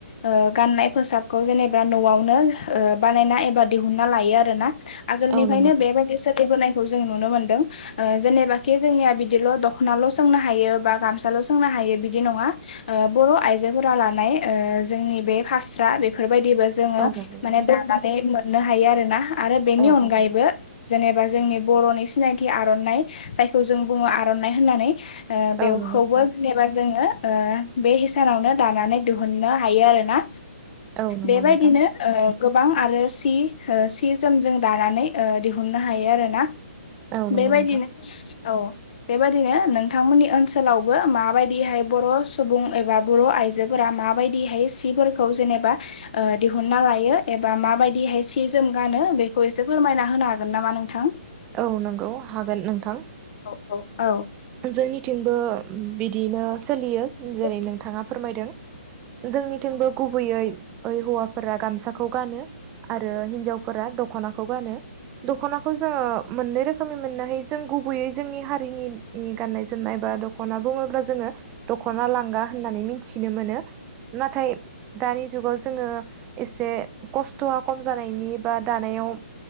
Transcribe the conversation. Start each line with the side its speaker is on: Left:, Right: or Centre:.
Left: ओ गाननाय फोसाबखौ जेनेबा न'आवनो ओ बानायना एबा दिहुनना लायो आरो ना आगोलनिफ्रायनो
Right: औ नंगौ नोंथां
Left: बेबायदि सोलिबोनाय जों नुनो मोनदों ओ जेनेबााखि जोंनिया बिदिल' दख'नाल' सोंनो हायो बा गामसाल' सोंनो हा यो बिदि नङा ओ बर'आयजोफोरा लानाय ओ जोंनि बे फास्रा बायदिबो जोङो
Right: औ नंगौ नोंथां
Left: माने दानानै मोननो हायो आरो ना आरो बेनि
Right: औ
Left: अनगायैबो
Right: औ नंगौ
Left: जेने बा जोंनि बर'नि सिनायथि आर'नाय जायखौ जों बुङो आर'नाइ होननानै ओ बेवखौबो
Right: औ नंगौ नोंथां
Left: जेनेबा जोङो ओ बे हिसानावनो दानानै दिहुननो हायो आरो ना
Right: औ नंगौ
Left: बेबायदिनो
Right: नोंथां
Left: ओ गोबां आरो सि ओ सि जोमजों दानानै ओ दिहुननो हायो आरो ना
Right: औ नंगौ
Left: बेबायदिनो
Right: नोंथां
Left: औ बेबायदिनो नोंथांमोननि ओनसोलावबो माबायदिहाय बर' सुबुं एबा बर' आइ जोफोरा माबायदिहाय सिफोरखौ जेनेबा ओ दिहुनना लायो एबा माबायदिहाय सि जोम गानो बेखौ एसे फोरमायना होनो हागोन नामा नोंथां?
Right: औ नंगौ हागोन नोंथां
Left: औ औ औ
Right: जोंनिथिंबो बिदियैनो सोलियो जेरै
Left: औ
Right: नोंथाङा फोरमायदों जोंनिथिंबो गुबैयै ओइ हौवाफोरा गामसाखौ गानो आरो हिनजावफोरा दख'नाखौ गानो दख'नाखौ जोङो मोननै रोखोम रोखोमै मोननो हाय जों गुबैयै जोंनि हारिनि गाननाय जोमनाय बा दख'ना बुङोब्ला जोङो दख'ना लांगा होननानै मिथिनो मोनो नाथाय दानि जुगाव ज जोङो एसे खस्थ'आ खम जानायनि बा दानायाव